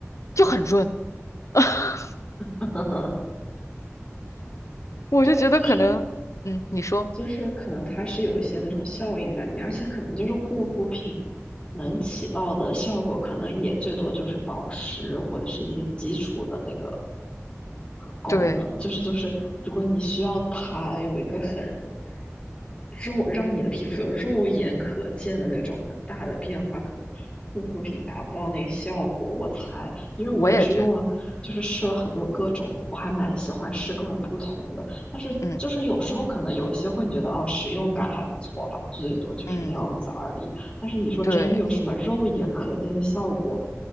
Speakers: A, on the left (about 80°); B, on the left (about 20°).
A: 就很润。<laughs>
B: <laughs>
A: 我就觉得可能，
B: 对，就是
A: 嗯，你说，
B: 就是可能它是有一些那种效应在里面，而且可能就是护肤品能起到的效果，可能也最多就是保湿或者是一些基础的那个。功能，
A: 对，
B: 就是就是，如果你需要它有一个很肉，让你的皮肤有肉眼可见的那种很大的变化，可能护肤品达不到那个效果。我猜，因为我也是用了，
A: 我也觉得，
B: 就是试了很多各种，我还蛮喜欢试各种不同的。但是就是有时候可能有一些会你觉得哦，
A: 嗯
B: 使用感还不错吧，最多就是那样子而已。
A: 嗯，
B: 但是你说真的有什么肉眼可见的效果，
A: 对。